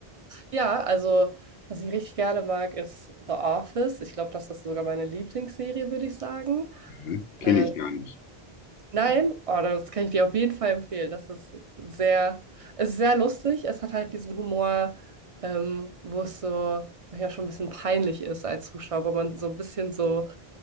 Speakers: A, on the right; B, on the left.
A: Ja, also was ich richtig gerne mag, ist The Office. Ich glaube, das ist sogar meine Lieblingsserie, würde ich sagen.
B: Mhm. Kenne
A: Äh,
B: ich gar nicht.
A: nein, oh, das kann ich dir auf jeden Fall empfehlen. Das ist sehr, es ist sehr lustig. Es hat halt diesen Humor, ähm, wo es so manchmal schon ein bisschen peinlich ist als Zuschauer, wo man so ein bisschen so